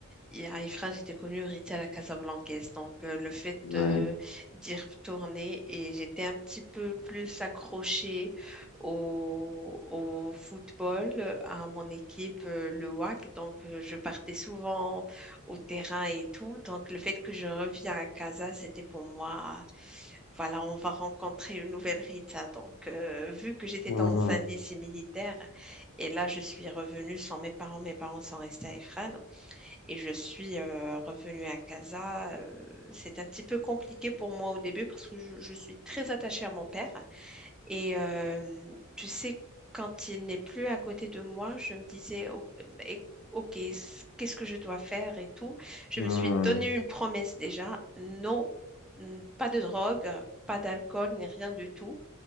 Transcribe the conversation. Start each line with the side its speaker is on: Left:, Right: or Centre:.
Centre: Et Ifrane, j'étais connue, Rita à la Casablancaise. Donc, euh, le fait
Left: oui.
Centre: de- d'y retourner et j'étais un petit peu plus accrochée au, au football, à mon équipe, euh, le WAC. Donc, euh, je partais souvent au terrain et tout. Donc, le fait que je reviens à Casa, c'était pour moi, voilà, on va rencontrer une nouvelle Rita. Donc, euh, vu que j'étais
Left: Mhm.
Centre: dans un lycée militaire et là, je suis revenue sans mes parents, mes parents sont restés à Ifrane. Et je suis euh, revenue à casa. euh, c'est un petit peu compliqué pour moi au début parce que je, je suis très attachée à mon père. Et euh, tu sais, quand il n'est plus à côté de moi, je me disais, oh, ben, OK, c- qu'est-ce que je dois faire et tout. Je
Left: Mhm.
Centre: me suis donné une promesse déjà. Non, n- pas de drogue, pas d'alcool, ni rien du tout.